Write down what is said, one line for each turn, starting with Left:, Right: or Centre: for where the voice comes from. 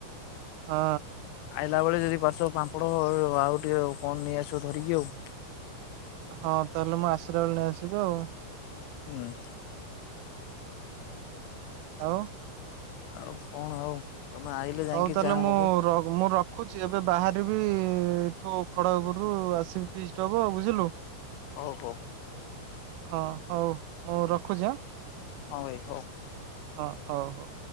Right: ହଁ।
Left: ଆଇଲା ବେଳେ ଯଦି ପାରୁଛ ପାମ୍ପଡ଼-ଅ-ଅ-ଅ ଆଉ ଟିକେ କଣ ନେଇଆସିବ ଧରିକି ଆଉ।
Right: ହଁ ତାହେଲେ ମୁଁ ଆସିଲା ବେଳେ ନେଇଆସିବି ଆଉ।
Left: ହୁଁ।
Right: ଆଉ?
Left: ଆଉ କଣ ଆଉ? ତମେ ଆଇଲେ ଯାଇକି
Right: ହଉ ତାହେଲେ
Left: ଯାହା
Right: ମୁଁ
Left: ହବ
Right: ରକ ମୁଁ ର ରଖୁଛି ଏବେ ବାହାରିବି-ଇ-ଇ-ଇ ଏଠୁ ଖଡଗପୁରରୁ ଆସିବି ଫିଷ୍ଟ ହବ ବୁଝିଲୁ।
Left: ହଉ, ହଉ।
Right: ହଁ, ହଉ, ମୁଁ ରଖୁଛି ଆଁ।
Left: ହଁ ଭାଇ ହଉ।
Right: ହଁ, ହଉ ହଉ।